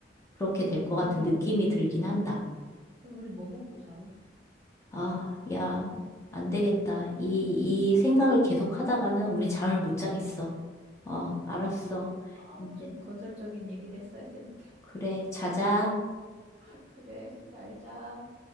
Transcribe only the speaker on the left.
그렇게 될 것 같은
느낌이 들긴 한다.
아,
야, 안 되겠다. 이, 이 생각을 계속 하다가는 우리 잠을 못
자겠어. 어, 알았어.
이제,
그래, 자자.